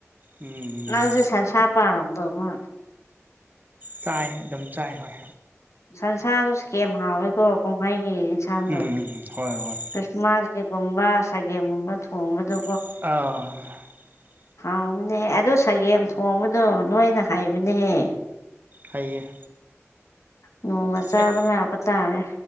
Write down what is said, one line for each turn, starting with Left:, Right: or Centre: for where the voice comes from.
Right: ꯎꯝ
Left: ꯅꯪꯁꯨ ꯁꯟꯁꯥ ꯆꯥꯄꯔꯝꯗꯣꯃꯣ
Right: ꯆꯥꯏ ꯑꯗꯨꯝ ꯆꯥꯏ ꯍꯣꯏ
Left: ꯁꯟꯁꯥꯁꯨ ꯀꯦꯝ ꯍꯥꯎꯋꯤꯀꯣ ꯀꯨꯝꯍꯩꯒꯤ ꯌꯦꯟꯁꯥꯡꯗꯣ
Right: ꯎꯝ ꯍꯣꯏ ꯍꯣꯏ
Left: ꯈ꯭ꯔꯤꯁꯃꯥꯁꯀꯤ ꯒꯨꯝꯕ ꯁꯒꯦꯝꯒꯨꯝꯕ ꯊꯣꯡꯕꯗ
Right: ꯑꯥ
Left: ꯍꯥꯎꯕꯅꯦꯍꯦ ꯑꯗꯨ ꯁꯒꯦꯝ ꯊꯣꯡꯕꯗꯣ ꯅꯣꯏꯅ ꯍꯩꯕꯅꯦꯍꯦ
Right: ꯍꯩꯌꯦ
Left: ꯅꯣꯡꯃ ꯆꯥꯕ
Right: ꯑꯩ
Left: ꯂꯥꯛꯄ ꯇꯥꯔꯦ